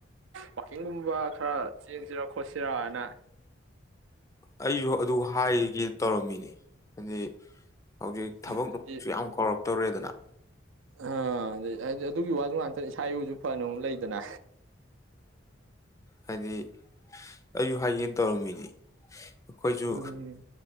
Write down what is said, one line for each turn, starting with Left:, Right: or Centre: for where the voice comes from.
Right: ꯋꯥꯛꯀꯤꯡꯒꯨꯝꯕ ꯈꯔ ꯆꯦꯟꯁꯤꯔ ꯈꯣꯠꯁꯤꯔꯥ ꯍꯥꯏꯅ
Left: ꯑꯩꯁꯨ ꯑꯗꯨ ꯍꯥꯏꯒꯦꯅ ꯇꯧꯔꯝꯃꯤꯅꯦ ꯍꯥꯏꯗꯤ ꯍꯧꯖꯤꯛ ꯊꯕꯛ
Right: ꯍꯥꯏꯗꯤ
Left: ꯌꯥꯝ ꯀꯧꯔꯛꯄ ꯇꯧꯔꯦꯗꯅ
Right: ꯑ ꯑꯗꯨ ꯑꯗꯨꯒꯤ ꯋꯥꯁꯨ ꯉꯥꯛꯇꯅꯤ ꯏꯁꯥ ꯏꯔꯨꯁꯨ ꯐꯅ ꯂꯩꯗꯅ
Left: ꯍꯥꯏꯗꯤ ꯑꯩꯁꯨ ꯍꯥꯏꯒꯦꯅ ꯇꯧꯔꯝꯃꯤꯅꯤ ꯑꯩꯈꯣꯏꯁꯨ
Right: ꯎꯝ